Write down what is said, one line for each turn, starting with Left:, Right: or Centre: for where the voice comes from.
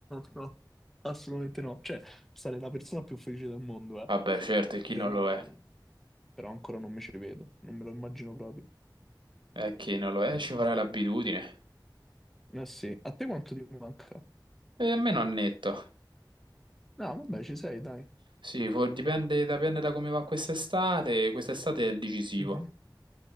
Centre: no, assolutamente no. Cioè, sarei la persona più felice del mondo, eh.
Right: Vabbè certo, e chi
Centre: Però,
Right: non lo è?
Centre: però ancora non mi ci vedo, non me lo immagino proprio.
Right: E chi non lo è
Centre: Mm.
Right: ci farà l'abitudine,
Centre: Eh sì, a te quanto ti manca?
Right: e a me non netto.
Centre: No, vabbè, ci sei, dai.
Right: Sì, for- dipende, dipende da come va quest'estate. Quest'estate è il decisivo,
Centre: Mhm.